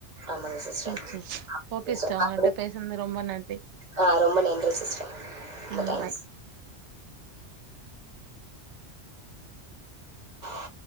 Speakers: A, on the right; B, on the right.
A: ஆமாங்க சிஸ்டர்
B: சேர் சேர் ஓகே
A: <unintelligible>
B: சிஸ்டர் உங்கள்ட்ட பேசுனது ரொம்ப நன்
A: ஆஹ் ரொம்ப நன்றி சிஸ்டர் ரொம்ப
B: ம்
A: தேங்க்ஸ்
B: பாய்
A: <unintelligible>